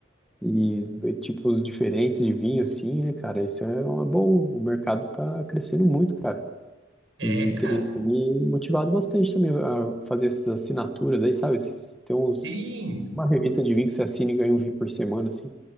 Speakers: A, in the centre; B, on the right.
A: e, e tipos diferentes de vinho, assim, né, cara? Isso é uma boa... O mercado tá crescendo muito, cara.
B: É,
A: E
B: cara.
A: tem me tem me motivado bastante também a fazer essas assinaturas aí, sabe? Esses- Tem uns...
B: Sim.
A: Uma revista de vinho que você assina e ganha um vinho por semana, assim.